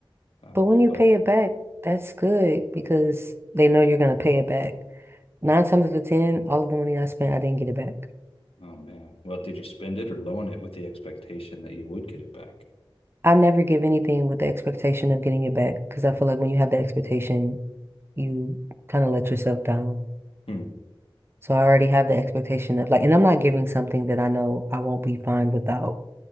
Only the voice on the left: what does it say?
Um,
but
oh man, well, did you spend it or loan it with the expectation that you would get it back?
Hmm.